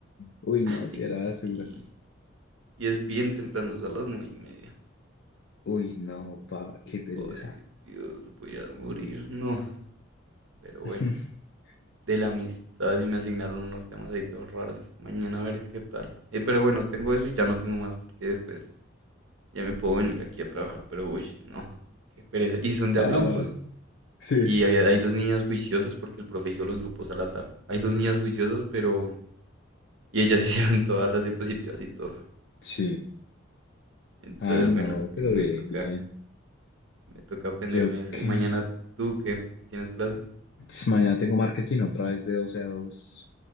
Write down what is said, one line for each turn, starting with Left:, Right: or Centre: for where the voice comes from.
Left: Uy, no,
Right: Ay,
Left: si era basura.
Right: sí. Y es bien temprano, es a las nueve y media.
Left: Uy, no, pa, qué pereza.
Right: Ay, Dios, voy a morir. No, pero
Left: <laughs>
Right: bueno. De la amistad y me asignaron unos temas ahí todos raros. Mañana a ver qué tal. Eh, pero bueno, tengo eso y ya no tengo más porque después ya me puedo venir aquí a trabajar. Pero uy, no. Qué pereza. Y son
Left: Ah,
Right: de a grupos.
Left: sí.
Right: Y había, hay dos niñas juiciosas porque el profe hizo los grupos al azar. Hay dos niñas juiciosas, pero... Y ellas <laughs> hicieron todas las diapositivas y todo.
Left: Sí.
Right: Entonces,
Left: Ah, no,
Right: bueno,
Left: pero
Right: me
Left: bien,
Right: toca,
Left: bien.
Right: me toca aprenderme
Left: Yo
Right: eso.
Left: qué.
Right: Y mañana tú qué tienes clase.
Left: Entonces, mañana tengo marketing otra vez de 12 a 2